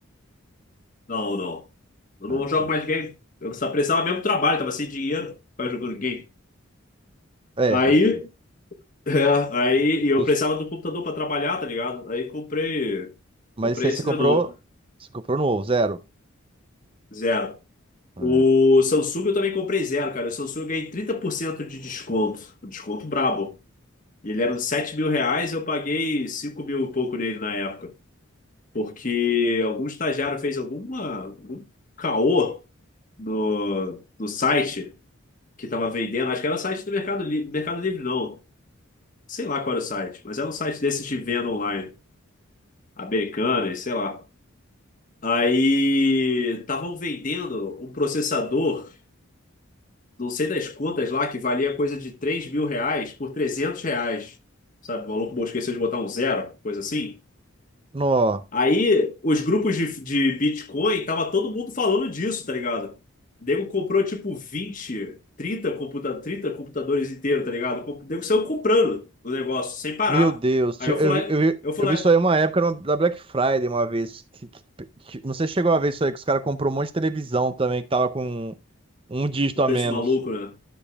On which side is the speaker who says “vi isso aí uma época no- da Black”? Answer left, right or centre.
Right